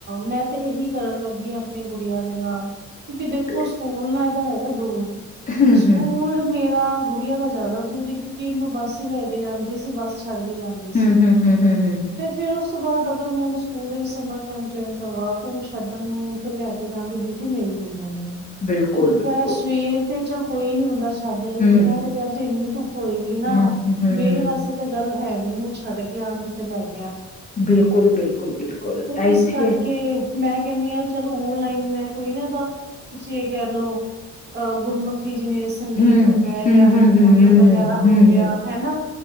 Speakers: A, on the right (about 35°); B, on the left (about 25°).
A: ਮੈਂ ਤੇ ਮੈਂ ਇਹੀ ਕਰਨ ਲੱਗੀ ਆਪਣੀ ਗੁੜੀਆਂ ਦੇ ਨਾਲ ਕਿਉਂਕਿ ਦੇਖੋ
B: ਤੇ
A: ਸਕੂਲ ਨਾਲ ਤੇ ਹੈਗਾ ਦੂਰ
B: ਹਮ, ਹਮ
A: <unintelligible> ਮੇਰਾ ਗੁੜੀਆਂ ਦਾ ਜ਼ਿਆਦਾ ਦੂਰ ਹੈ, ਕਿਉਂਕਿ ਇਹਨੂੰ ਬੱਸ ਹੀ ਲੈ ਕੇ ਜਾਂਦੇ ਸੀ ਬੱਸ ਚ ਛੱਡ ਕੇ ਜਾਂਦੀ
B: ਹਮ
A: ਸੀ
B: ਹਮ ਹਮ ਹਮ ਹਮ ਹਮ ਹਮ
A: ਤੇ ਫੇਰ ਉਸ ਉਸ ਤੋਂ ਬਾਅਦ ਅਗਰ ਮੈਂ ਇਹਨੂੰ ਸਕੂਲ ਦੇ ਵਿੱਚ ਸਮਰ ਕੈਂਪ ਜੁਆਇਨ ਕਰਵਾ ਤਾਂ, ਇਹਨੂੰ ਛੱਡਣ ਨੂੰ ਤੇ ਲੈ ਕੇ ਜਾਣ ਦੀ ਡਿਊਟੀ ਮੇਰੀ ਹੁੰਦੀ।
B: ਬਿਲਕੁਲ
A: ਤੇ ਦੁਪਹਿਰ
B: ਬਿਲਕੁਲ
A: ਸਵੇਰ ਦੇ ਜੋ ਕੋਈ ਨੀ ਹੁਣ ਬਸ। ਸਾਡੇ
B: ਹਮ
A: ਦੁਪਹਿਰ ਦੇ ਟਾਈਮ ਤੇ ਇੰਨੀ ਧੁੱਪ ਹੋਏਗੀ ਨਾ,
B: ਹਮ ਹਮ
A: ਮੇਰੇ
B: ਹਮ
A: ਵਾਸਤੇ ਤਾਂ ਗੱਲ ਹੈ। ਨਹੀਂਨੂੰ ਛੜ ਕੇ ਆਉਂਤ ਲ <unintelligible>
B: ਬਿਲਕੁਲ, ਬਿਲਕੁਲ, ਬਿਲਕੁਲ
A: ਤੇ
B: ਏਥੇ
A: ਇਸ ਕਰਕੇ ਮੈਂ ਕਹਿਣੀ ਆ ਚਲੋ ਔਨਲਾਈਨ ਮੈਂ ਕੋਈ ਨਾ ਓ ਤੁਸੀਂ ਇਹ ਕਹਿ ਲਓ। <unintelligible> ਓ ਗੁਰਮਤ <unintelligible> ਕਿ ਜਿਵੇਂ ਸੰਗੀਤ
B: ਹਮ
A: ਹੁੰਦਾ ਹੈਗਾ
B: ਹਮ
A: ਹਾਰਮੋਨੀਅਮ
B: ਹਮ ਹਮ
A: ਵਗੈਰਾ ਹੋ
B: ਹਮ
A: ਗਿਆ।
B: ਹਮ
A: ਹਨਾ